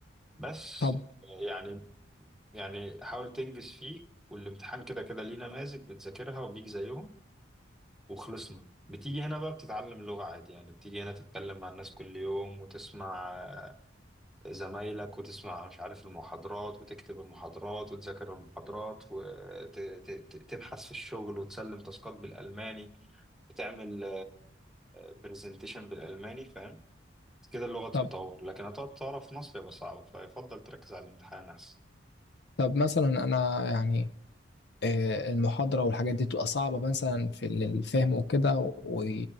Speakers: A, in the centre; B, on the left.
A: بس
B: طب
A: آه، يعني يعني حاول تنجز فيه والامتحان كده كده ليه نماذج بتذاكرها وبيجي زيهم وخلصنا بتيجي هنا بقى بتتعلم لغة عادي يعني بتيجي هنا تتكلم مع الناس كل يوم وتسمع آه، زمايلك وتسمع مش عارف المحاضرات وتكتب المحاضرات وتذاكر المحاضرات وتبحث في الشغل وتسلم تاسكات بالألماني وتعمل برزنتيشن بالألماني فاهم كده اللغة تتطور
B: طب
A: لكن هتقعد تعرف في مصر يبقى صعب فيفضل تركز على الامتحان أحسن
B: طب مثلا أنا يعني آه، المحاضرة والحاجات دي تبقى صعبة مثلا في ال- الفهم وكده و...